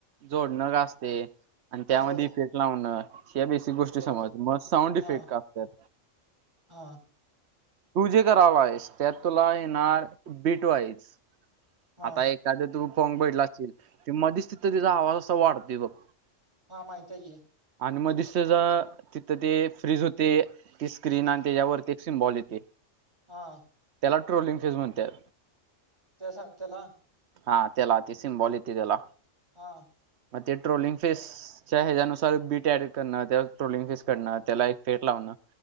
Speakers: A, on the right; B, on the right.
A: जोडणं काय असतय. आणि त्यामध्ये
B: बर
A: इफ्फेक्ट लावणं हेे बेसिक ती गोष्टी
B: बर
A: समज मग साउंड इफेक्ट
B: हा
A: का असत्यात.
B: हा
A: तू जे करालायस त्यात तुला येणार बीट वाईज.
B: हा
A: आता एखाद तु फोंग बगीतला असशील ते मधीच तिथं तेजा आवाज असा वाढतोय बग.
B: हा माहितीय की.
A: आणि मधीच त्याच तिथं ते फ्रीज होते. ती स्क्रीन आणि त्याच्यावरती एक सिम्बॉल येतय.
B: हा
A: त्याला ट्रोलिंग फेज म्हणत्यात.
B: तेसा त्याला
A: हा त्याला ते सिमबॉल येते त्याला.
B: हा
A: मग ते ट्रोलिंग फेस त्याह्याच्यानुसार बीट ऍड करणं त्याला ट्रोलिंग फेस करणं त्याला इफेक्ट लावणं.